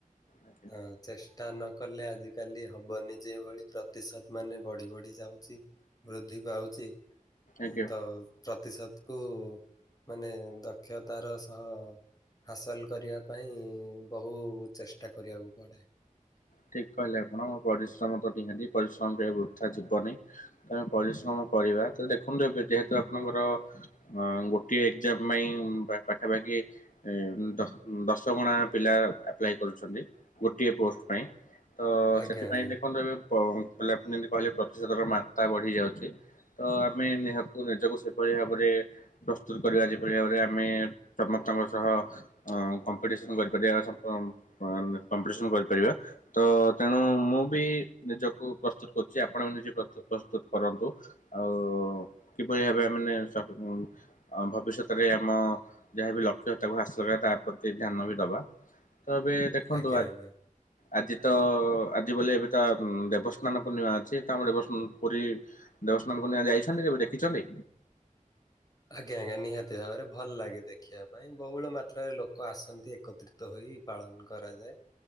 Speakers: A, on the left; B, on the left.
A: ଆଜ୍ଞା
B: ହ ଚେଷ୍ଟା ନ କଲେ ଆଜିକାଲି ହବନି ଯେଭଳି ପ୍ରତିଶତ ମାନେ ବଢି ବଢି ଯାଉଛି ବୃଦ୍ଧି ପାଉଛି
A: ଆଜ୍ଞା।
B: ତ ପ୍ରତିଶତ କୁ ମାନେ ଦକ୍ଷତାର ସହ ହାସଲ କରିବା ପାଇଁ ବହୁ ଚେଷ୍ଟା କରିବାକୁ ପଡେ।
A: ଠିକ କହିଲେ ଆପଣ, ପରିଶ୍ରମ ତ ନିହାତି ପରିଶ୍ରମ ପାଇଁ ବୃଥା ଯିବନି ତମେ ପରିଶ୍ରମ କରିବା, ତ ଦେଖନ୍ତୁ ଏବେ ଯେହେତୁ ଆପଣଙ୍କର ହଁ ଗୋଟିଏ ଏକ୍ଜାମ୍ ପାଇଁ ପାଖାପାଖି ଦଶ୍ ଦଶଗୁଣା ପିଲା ଆପ୍ଲାଏ କରୁଛନ୍ତି। ଗୋଟିଏ ପୋଷ୍ଟ ପାଇଁ, ତ
B: ଆଜ୍ଞା
A: ସେଥିପାଇଁ
B: ଆଜ୍ଞା
A: ଦେଖନ୍ତୁ ଏବେ ପ ଲାପ୍ ଆପଣ ଯେମିତି କହିଲେ ପ୍ରତିଶୋଧର ମାତ୍ରା ବଢ଼ିଯାଉଚି। ତ ଆମେ ନିହକୁ ନିଜକୁ ସେଭଳି ଭାବରେ ପ୍ରସ୍ତୁତ୍ କରିବା ଯେଭଳି ଭାବରେ ଆମେ ସମସ୍ତଙ୍କ ସହ ଅଁ କମ୍ପିଟିସନ କରିପାରିବା । କାଲି ସପ ଟମ୍ ବାହାରିନେ କମ୍ପିଟିସନ୍ ପାଇଁ କରିବା ତ ତେଣୁ ମୁଁ ବି ନିଜକୁ ପ୍ରସ୍ତୁତ କରୁଚି ଆପଣ ବି ନିଜେ ପ୍ରସ୍ତୁତ ପ୍ରସ୍ତୁତ କର କନ୍ତୁ ଆଉ କିଭଳି ଭାବେ ଆମେ ମାନେ <unintelligible> ଭବିଷ୍ୟତରେ ଆମ ଯାହା ବିି ଲକ୍ଷ୍ୟ ତାକୁ ହାସ କରିବା, ତା ପ୍ରତି ଧ୍ୟାନ ବି ଦବା ତ ଏବେ ଦେଖନ୍ତୁ
B: ଆଜ୍ଞା ଆଜ୍ଞା।
A: ଆଜି ତ ଆଜି ବୋଲି ଏବେ ତ ଦେବସ୍ନାନ ପୂର୍ଣ୍ଣିମା ଅଛି ତାପରେ ଦେବସ୍ନାନ ପୁରୀ ଦେବସ୍ନାନ ପୂର୍ଣ୍ଣିମା ଯାଇଛନ୍ତି। କେବେ ଦେଖିଛନ୍ତି?
B: ଆଜ୍ଞା ଆଜ୍ଞା ନିହାତି ଭାବରେ ଭଲ୍ ଲାଗେ ଦେଖିବା ପାଇଁ ବହୁଳ ମାତ୍ରାରେ ଲୋକ ଆସନ୍ତି ଏକତ୍ରିତ ହୋଇ କି ପାଳନ କରାଯାଏ।